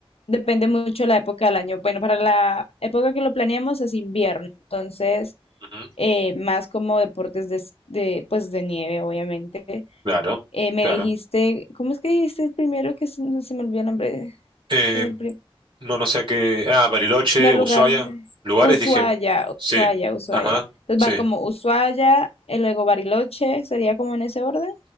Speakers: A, on the left; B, on the right.
A: depende mucho la época del año. Bueno, para la época que lo planeamos es invierno, entonces
B: Ujú,
A: eh, más como deportes de, s- de, pues de nieve, obviamente.
B: Claro,
A: Eh, me
B: claro.
A: dijiste, ¿cómo es que dijiste el primero que se, se me olvidó el nombre?
B: Eh,
A: El
B: no, no sé a qué. Ah, Bariloche,
A: primer
B: Ushuaia,
A: lugar, eh,
B: lugares,
A: Ushuaia,
B: dije.
A: Ushuaia,
B: Sí,
A: Ushuaia.
B: ajá,
A: Entonces
B: sí.
A: va como Ushuaia, y luego Bariloche, sería como en ese orden.